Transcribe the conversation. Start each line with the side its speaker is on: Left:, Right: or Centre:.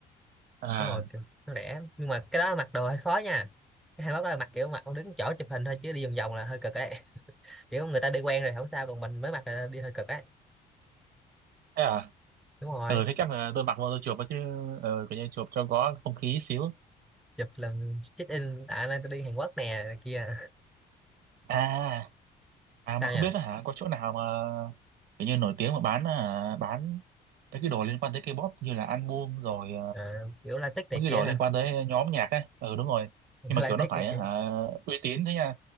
Right: À,
Centre: đúng rồi kiểu nó rẻ nhưng mà cái đó mặc đồ hơi khó nha cái hai mốt đó là mặc kiểu mặc ông đứng chỗ chụp hình thôi chứ đi vòng vòng là hơi cực ấy kiểu người ta đi quen rồi không sao còn mình mới mặc là đi hơi cực ấy
Right: thế à?
Centre: đúng rồi
Right: Ừ, thế chắc là tôi mặc vô tôi chụp ấy chứ ờ, kiểu như chụp cho có không khí xíu.
Centre: chụp lần check in à nay tôi đi Hàn Quốc nè này kia
Right: À, à mà
Centre: sao
Right: không
Centre: nhỉ
Right: biết là hả có chỗ nào mà kiểu như nổi tiếng mà bán à, bán mấy cái đồ liên quan tới K-pop như là album rồi
Centre: à, kiểu latex này
Right: mấy cái
Centre: kia
Right: đồ
Centre: hả
Right: liên quan tới nhóm nhạc ấy ừ đúng rồi
Centre: <laughs>
Right: nhưng mà
Centre: latex
Right: kiểu nó phải
Centre: này kia
Right: hả uy tín thế nha